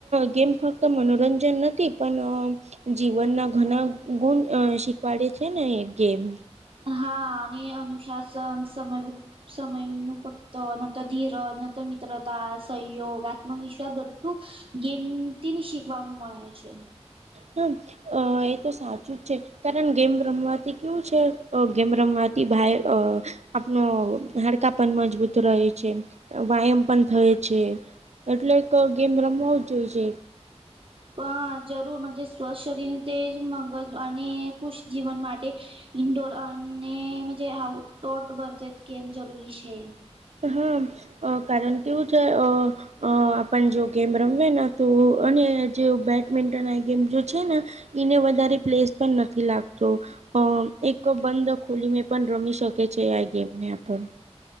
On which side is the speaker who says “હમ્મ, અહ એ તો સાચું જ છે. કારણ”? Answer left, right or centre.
Right